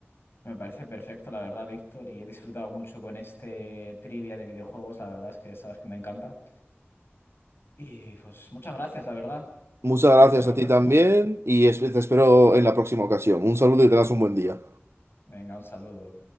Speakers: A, on the left (about 60°); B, on the right (about 70°).
A: Me parece perfecto, la verdad, Víctor, y he disfrutado mucho con este trivia de videojuegos. La verdad es que sabes que me encanta. Y pues muchas gracias, la verdad.
B: Muchas gracias
A: Nos vemos a
B: a
A: la
B: ti
A: próxima.
B: también y esp- te espero en la próxima ocasión. Un saludo y tengas un buen día.
A: Venga, un saludo.